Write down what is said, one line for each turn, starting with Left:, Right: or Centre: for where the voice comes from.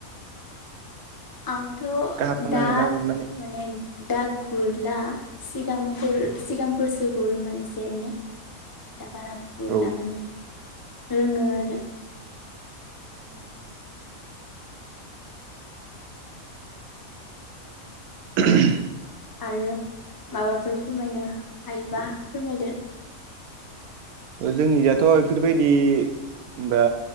Left: आंथ'
Right: गाहाम
Left: दा
Right: नाङो ना गुरनानै
Left: माने दा गुरला सिगांफोर सिगांफोरसो गुरोमोन एसे एनै। दा बारा गुरला
Right: औ
Left: माने रोङो आरो।
Right: <inaudible> <inaudible>
Left: आरो माबाफोर फोरमायनो हायोबा फोरमायदो।
Right: जोंनि दाथ' बेफोरबायदि होनोमबा